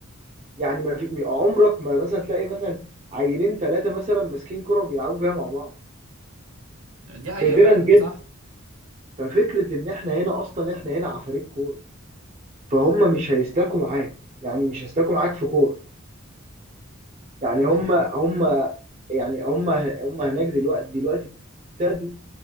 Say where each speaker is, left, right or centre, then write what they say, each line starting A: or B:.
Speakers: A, on the right; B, on the right.
A: يعني ما في عمرك ما مثلا تلاقي مثلا عيلين ثلاثة مثلا ماسكين كورة وبيلعبوا بيها مع بعض
B: دي حقيقه
A: نادرا
B: فعلا
A: جدا
B: صح
A: ففكرة ان احنا هنا اصلا احنا هنا عفاريت كورة فهم مش هيسلكوا معاك يعني مش هيسلكوا معاك في كورة يعني
B: دي
A: هم
B: حقيقه
A: هم يعني هم هم هناك دلوقتي دلوقتي ابتدوا